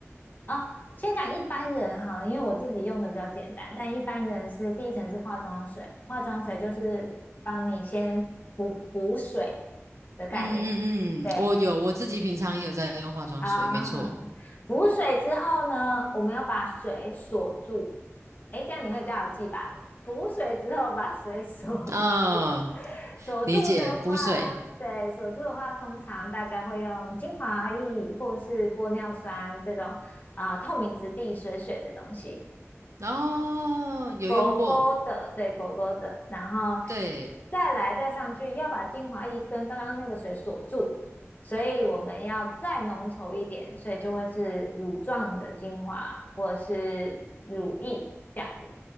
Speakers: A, on the left; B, on the right.
A: 哦，先讲一般人哈，因为我自己用的比较简单，但一般人是第一层是化妆水，化妆水就是帮你先补补水的概念，
B: 嗯嗯嗯，
A: 对，
B: 我有，我自己平常也有在用化妆水，
A: 啊，
B: 没错。
A: 补水之后呢，我们要把水锁住。诶，这样你会比较好记吧？补水之后把水 <laughs> 锁
B: 啊、
A: 住，<laughs> 锁住的话，
B: 理解，补水。
A: 对，锁住的话，通常大家会用精华液或是玻尿酸这种啊、透明质地水水的东西。
B: 哦，有用过，
A: 狗狗的，对，狗狗的，然后
B: 对，
A: 再来再上去，要把精华液跟刚刚那个水锁住，所以我们要再浓稠一点，所以就会是乳状的精华或者是乳液这样子。